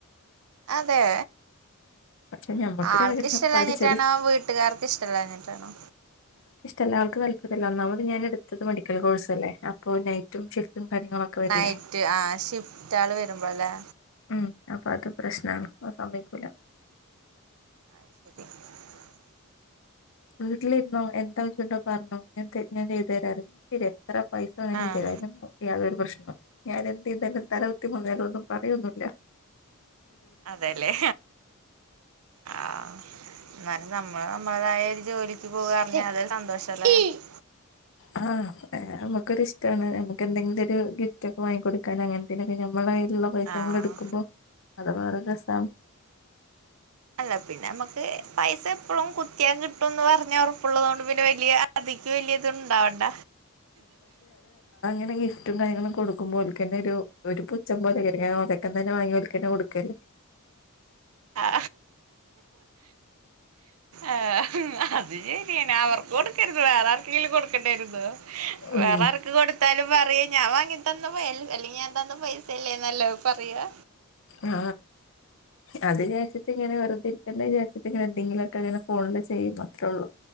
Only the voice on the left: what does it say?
പക്ഷെ ഞമ്മക്കൊരാഗ്രഹം
പഠിച്ചൊരു
എല്ലാർക്കും തല്പര്യില്ല ഒന്നാമത് ഞാനെടുത്തത് മെഡിക്കൽ കോഴ്സല്ലേ അപ്പോ നൈറ്റും ഷിഫ് റ്റും കാര്യങ്ങളൊക്കെ വരില്ലേ
ഉം അപ്പൊ അത് പ്രശ്ന നാണ് പ്പോ സമ്മയിക്കൂല.
വീട്ടിലിരുന്നോ എന്താവശ്യം ഉണ്ടോ പറഞ്ഞോ ഞാൻ ചെയ് ഞാൻ ചെയ്തു തരാവെ എത്ര പൈസ വേണേലും
തരാ അയിനൊന്നും എക്ക് യാതൊരു പ്രശ്നോ ഞാൻ എന്ത് ചെയ്താലും തല കുത്തി മറിഞ്ഞാലും ഒന്നും പറയോന്നുവില്ല.
ആ നമുക്കൊരിഷ്ടാണ് നമ്മക്ക് എന്തെങ്കിലും ഒരു ഗിഫ്റ്റ് ഒക്കെ വാങ്ങിക്കൊടുക്കാൻ അങ്ങനത്തേനൊക്കെ ഞമ്മള ലുള്ള പൈസ
നമ്മൾ എടുക്കുമ്പോ അത് വേറെ രസാണ്.
ന്നെ ഗിഫ്റ്റും കാര്യങ്ങളും ക്കുമ്പോല്ക്കന്നെ ഒരു ഒരു പുച്ഛം പോലെ കരുങ്ങാ ഓല്ടക്കെന്ന് തന്നെ വാങ്ങി ഓല്ക്കന്നെ കൊടുക്വല്ലേ.
ഉം
ആ അത് വിചാരിച്ചിട്ടിങ്ങനെ വെറുതെരിക്കേണ്ട വിചരിച്ചിട്ടിങ്ങനെ എന്തെങ്കിലുമൊക്കെ അങ്ങനെ ഫോണില് ചെയ്യും അത്രേ ഒള്ളൂ.